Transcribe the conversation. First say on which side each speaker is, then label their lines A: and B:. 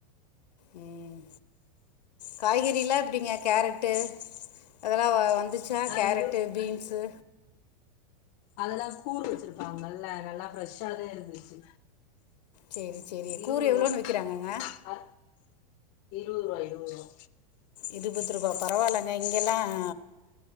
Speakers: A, on the left (about 85°); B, on the left (about 50°).
A: உம் காய்கறி எல்லாம் எப்படிங்க கேரட் அதெல்லாம் வந்து அஷா
B: ஆ
A: கேரட்டு்
B: இரு
A: பீன்ஸு
B: அதெல்லாம் கூறு வச்சிருப்பாங்கல்ல நல்லா ஃப்ரெஷ்ஷா தான் இருந்துச்சு
A: சரி சரி
B: இருபது
A: கூறு எவ்வளோன்னு
B: ரூபா
A: விற்கிறாங்கங்க
B: ஆ, இருபது ரூபா இருபது ரூபா
A: இருப்பது ரூபா பரவாயில்லங்க இங்கல்லாம்